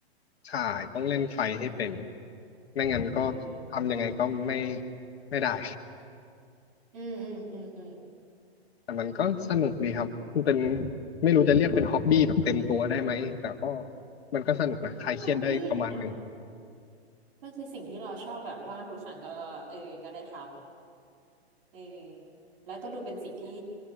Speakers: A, on the left (about 70°); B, on the right (about 60°).
A: ใช่ต้องเล่นไฟให้เป็นไม่งั้นก็ทำยังไงก็ไม่
B: อืม
A: ไม่ได้
B: อืมอืมอืมอืม
A: แต่มันก็สนุกดีครับมันเป็นไม่รู้จะเรียกเป็นฮ็อบบี้แบบเต็มตัวได้ไหมแต่ก็มันก็สนุกนะคลายเครียดได้ประมาณหนึ่ง
B: ก็ฮอบบี้นะมันคือสิ่งที่เราชอบแบบว่างทุกครั้งก็เออก็ได้ทำ เออ แล้วก็ดูเป็นสิ่งที่